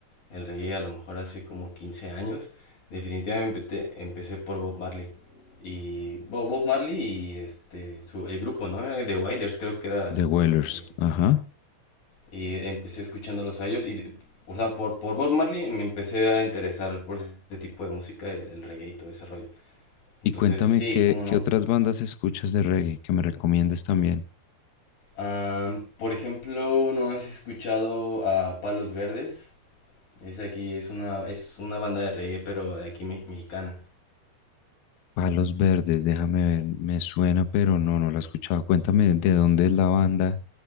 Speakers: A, on the left; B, on the left.
A: el reggae, a lo mejor hace como 15 años, definitivamente empecé por Bob Marley. Y Bo- Bob Marley y este, su, el grupo, ¿no? Era The Wailers, creo que era
B: The Wailers,
A: el-
B: ajá.
A: Y empecé escuchándolos a ellos y, o sea, por, por Bob Marley me empecé a interesar por ese tipo de música, el, el reggae y todo ese rollo. Entonces,
B: Y cuéntame,
A: sí,
B: ¿qué,
A: cómo no.
B: qué otras bandas escuchas de reggae que me recomiendes también?
A: Am, por ejemplo, ¿no has escuchado a Palos Verdes? Es aquí, es una, es una banda de reggae, pero de aquí me- mexicana.
B: Palos Verdes, déjame ver, me suena, pero no, no la he escuchado. Cuéntame de dónde es la banda